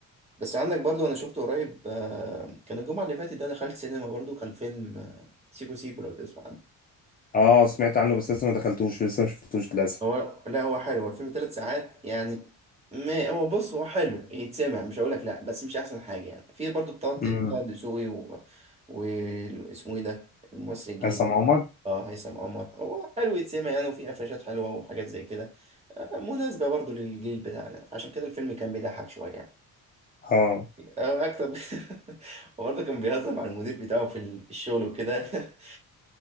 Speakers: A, on the right; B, on the left.
A: بس عندك برضو انا شفته قريب آه، كان الجمعه اللي فاتت ده دخلت سينما برضو كان فيلم آه، سيكو سيكو لو تسمع عنه
B: اه سمعت عنه بس لسه ما دخلتوش لسه ما شفتوش للاسف
A: هو لا هو حلو هو الفيلم ثلاث ساعات يعني ما هو بص هو حلو يتسمع مش هقولك لا بس مش احسن حاجه يعني في برضو طه
B: امم
A: طه دسوقي و... واسمه ايه ده الممثل الجديد
B: عصام
A: ده
B: عمر
A: اه هيثم عمر هو حلو يتسمع يعني وفي قفشات حلوه وحاجات زي كده آه، مناسبه برضو للجيل بتاعنا عشان كده الفيلم كان بيضحك شويه يعني.
B: اه
A: او اكتر ب- <laughs> وبرضه كان بيهزر مع المدير بتاعه في ال- في الشغل وكده <laughs>